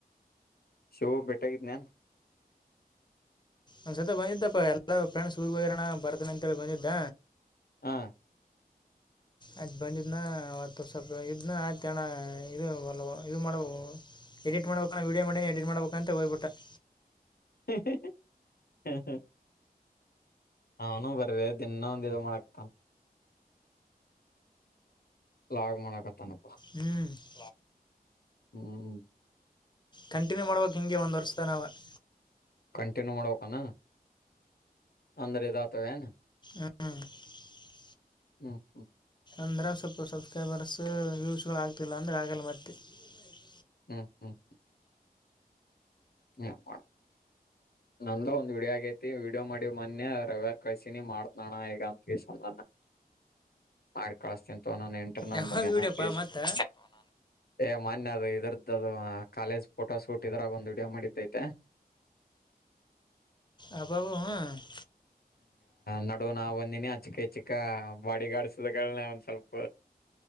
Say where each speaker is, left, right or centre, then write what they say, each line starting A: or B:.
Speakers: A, on the left; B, on the left.
A: ಶಿವು ಭೇಟಿಯಾಗಿದೇನು
B: ಒಂದ್ ಸತ ಬಂದಿದ್ದಪ್ಪ ಎಲ್ಲ ಫ್ರೆಂಡ್ಸ್ ಊರಿಗೆ ಹೋಗರಣ್ಣ ಬರ್ತಾನ ಅಂತೇಳಿ ಬಂದಿದ್ದ
A: ಹಾ. <inaudible>
B: ಆಯ್ತು, ಬಂದಿದ್ದನ, ಅವತ್ತು, ಸ್ವಲ್ಪ ಇದನ್ನ ಆಯ್ತ ಅಣ್ಣ ಇದು ಒಲ್ಲ, ಇದು ಮಾಡು, ಎಡಿಟ್ ಮಾಡ್ಬೇಕಾನ, ವೀಡಿಯೋ, ಮಾಡನೇ ಎಡಿಟ್ ಮಾಡ್ಬೇಕಂತ ಹೋಗ್ಬಿಟ. <inaudible>
A: ಹಾ, ಹಾ. <unintelligible> ನಾನು, ಹೊರಗಡೆ, ಇದೀನಿ, ನಾನು, ಏನುಮಾದಾಕುಕರುತ್ತನ. <inaudible> ಲಾಗ್, ಮಾಡಕತ್ತನ. <inaudible>
B: ಹ್ಮ್.. <inaudible>
A: ಹ್ಮ್.. <inaudible>
B: ಕಂಟಿನ್ಯೂ, ಮಾಡ್ಬೇಕು, ಹಿಂಗೆ ಒಂದು ವರ್ಷದ ನಾವ. <inaudible>
A: ಕಂಟಿನ್ಯೂ, ಮಾಡೋಕಣ, ಅಂದ್ರೆ, ಇಧ್ಯೈತವೇನು. <inaudible>
B: ಹ್ಮ್.. <inaudible>
A: ಹ್ಮ್, ಹ್ಮ್ಮ್. <inaudible>
B: ಅಂದ್ರೆ, ಸ್ವಲ್ಪ ಸಬ್ಸ್ಕ್ರೈಬರ್ಸ್ ವ್ಯೂಸ್ಗಳುಾಗಗ್ತಿಲ್ಲ, ಅಂದರೆೆ, ಆಗಲ್ಲ ಮತ್ತೆ. <unintelligible>
A: ಹ್ಮ, ಹ್ಮ್, ಹ್ಮ್. <inaudible> ಹ, ಹ ಮಾಡ ನಂದು, ಒಂದು, ಆಗೈತಿ ವಿಡಿಯೋ, ಮಾಡಿ, ಮೊನ್ನಯ ರವಿಗೆ, ಕಳ್ಸಿನಿ ಮಾಡ್ತನೋಣ, ಈಗ ಅಂತ ಸಾನ ಮಾಡಿ ಕಳಸ್ತ. <inaudible> ನಾನು, ನೆಟ್ಟರು
B: ಯಾವ್ದು
A: ಬಗ್ಗೆ, ನನಗೆ, ಎನ್ಯಾಡರುತ್ತಿಲಿಷಿ.
B: ವೀಡಿಯೋಪ್ಪ ಮತ್ತೆ
A: <inaudible> ಮಾನ್ಯ, ಅದು ಇದ್ರದ್ದದು, ಕಾಲೇಜೆಪೋಟೋಶೂಟ್, ಶೂಟ್ ಇದ್ರಾಗ ಒಂದು. <inaudible> ಫಿಲ್ನನಡಿತಾಥ. <inaudible>
B: ಅಬ್ಬಾಬ, ಹು. <inaudible>
A: ನಡು, ನಾವ್, ಬಂದಿನಿ, ಅಚಿಕ ಹೆಚ್ಚಿಕ, ಬಾಡಿಗಾರ್ಡ್ ಶಿಲೆಗಳು, ಒಂದ್ ಸ್ವಲ್ಪ.